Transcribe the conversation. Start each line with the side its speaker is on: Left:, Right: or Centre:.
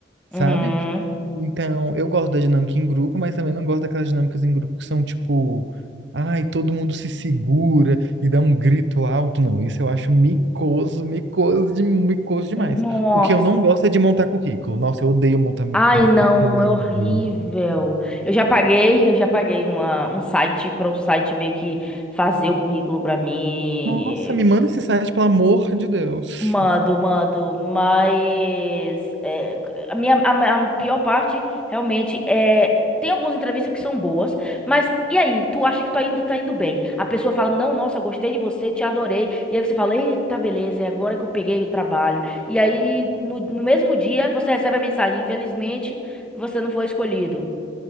Centre: Uhum.
Right: sabe? Então, eu gosto da dinâmica em grupo, mas também não gosto daquelas dinâmicas em grupo que são tipo, ai, todo mundo se segura e dá um grito alto. Não, isso eu acho micoso, micoso, de, micoso demais.
Centre: Nossa.
Right: O que eu não gosto é de montar currículo. Nossa, eu odeio montar meu
Centre: Ai,
Right: currículo.
Centre: não,
Right: Odeio.
Centre: é horrível. Eu já paguei, eu já paguei uma, um site para o site meio que fazer o currículo para mim
Right: Nossa, me manda esse site, pelo amor de Deus.
Centre: Mando, mando, mas é, a minha a, ma- a pior parte realmente é tem algumas entrevistas que são boas, mas e aí, tu acha que tá indo tá indo bem? A pessoa fala: "Não, nossa, gostei de você, te adorei". E aí você fala: "Eita, beleza, é agora que eu peguei o trabalho". E aí no, no mesmo dia você recebe a mensagem: "Infelizmente, você não foi escolhido".